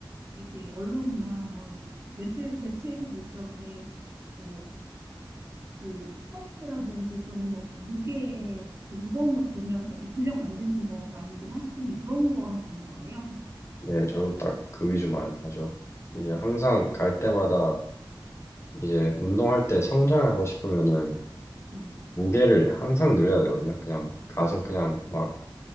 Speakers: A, on the right; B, on the left.
A: 이렇게 언론이나 뭐 매체, 매체에서 볼 적에 뭐 그 스쿼트라든지 또는 뭐 무게 그 무거운 거 들면서 이렇게 근력 만드는 거 많이들 하시던데 그런 거 하시는 거예요?
B: 네 저도 딱 그 위주만 하죠. 이제
A: 아,
B: 항상 갈 때마다 이제 운동할 때 성장하고 싶으면은
A: 네,
B: 무게를 항상 늘려야 되거든요. 그냥 가서 그냥 막